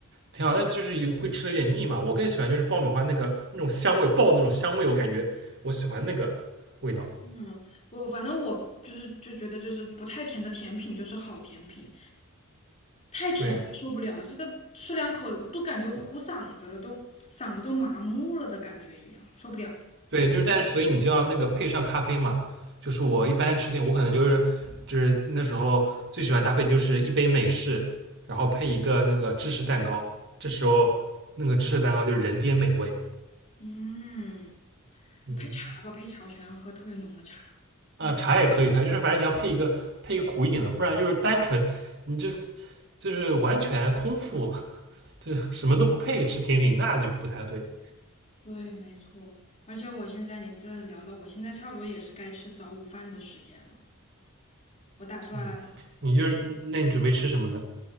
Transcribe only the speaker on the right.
挺好，但就是有会吃的有点腻嘛。我更喜欢就是爆米花那个那种香味爆的那种香味，我感觉我喜欢那个味道。
对呀、
对，就是但是所以你就要那个配上咖啡嘛。就是我一般吃甜，我可能就是就是那时候最喜欢搭配就是一杯美式，然后配一个那个芝士蛋糕。这时候那个芝士蛋糕就是人间美味。
嗯
啊，茶也可以，茶就是反正你要配一个配一个苦一点的，不然就是单纯你就就是完全空腹，就什么都不配吃甜品，那就不太对。
嗯，你就是那你准备吃什么呢？